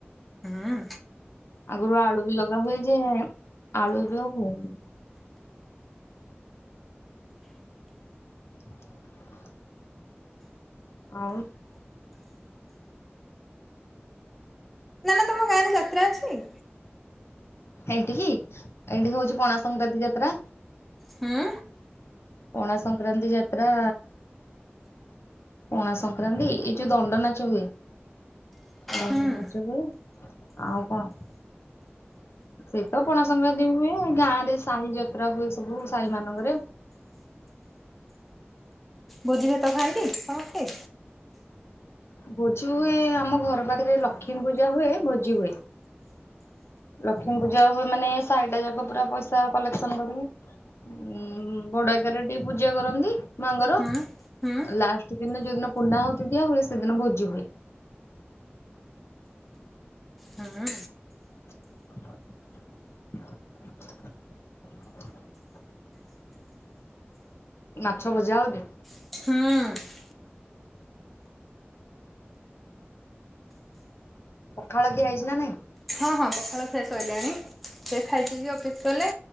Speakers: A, in the centre; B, on the left.
A: ହୁଁ
B: ଆଗୁରୁ ଆଳୁ ବି ଲଗା ହୁଏ ଯେ ଆଳୁ ବି ଆଉ ହୋଉନି। <inaudible> ଆଉ
A: ନା ନା ତମ ଗାଁରେ ଯାତ୍ରା ଅଛି?
B: ଏଠିକି ଏଠିକି ହୋଉଚି ପଣା ସଂକ୍ରାନ୍ତି ଯାତ୍ରା।
A: ହୁଁ
B: ପଣା ସଂକ୍ରାନ୍ତି ଯାତ୍ରା ପଣା ସଂକ୍ରାନ୍ତି ଏଇ ଯୋଉ ଦଣ୍ଡ ନାଚ ହୁଏ ଦଣ୍ଡ
A: ହୁଁ।
B: ନାଚ ହୁଏ ଆଉ କଣ ସେଇ ତ ପଣା ସଂକ୍ରାନ୍ତି ବି ହୁଏ ଗାଁରେ ସାହି ଯାତ୍ରା ହୁଏ ସବୁ ସାହି ମାନଙ୍କରେ।
A: ଭାଜି ଭାତ ଖାଆନ୍ତି ସମସ୍ତେ?
B: ଭୋଜି ହୁଏ ଏ ଆମ ଘର ପାଖରେ ଲକ୍ଷ୍ମୀ ପୂଜା ହୁଏ ଭୋଜି ହୁଏ। ଲକ୍ଷ୍ମୀ ପୂଜା ହୁଏ ମାନେ ସାହିଟା ଯାକ ପୁରା ପଇସା କଲେକ୍ସନ କରିକି। ଉଁ ଭଡାକାରେ ଟିକେ ପୂଜା କରନ୍ତି ମାଆଙ୍କର।
A: ହୁଁ ହୁଁ
B: ଲାଷ୍ଟ ଦିନ ଯୋଉଦିନ ପୁର୍ନା ଆହୁତି ଦିଆହୁଏ ସେଦିନ ଭୋଜି ହୁଏ।
A: ହଁଅ।
B: <inaudible> ମାଛ ଭଜା ହୋଉଚି।
A: ହଁ।
B: ପଖାଳ ଖିଆ ହେଇଚି ନା ନାଇଁ?
A: ହଁ ହଁ ପଖାଳ ଖିଆ ସଇଲାଣି। ସେ ଖାଇ ପିଇକି ଅଫିସ୍ କଲେ